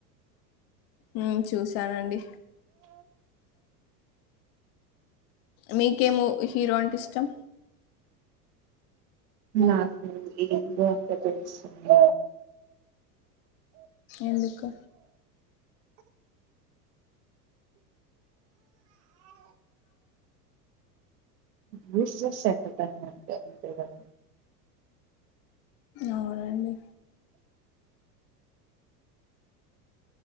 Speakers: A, on the left; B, on the right.
A: ఉ చూసానండి మీకేమో హీరో అంటే ఇష్టం
B: నాకు ఏందో అంత తెలుస్తుంది
A: ఎందుకు
B: విశంట అంతే మ
A: అవునండి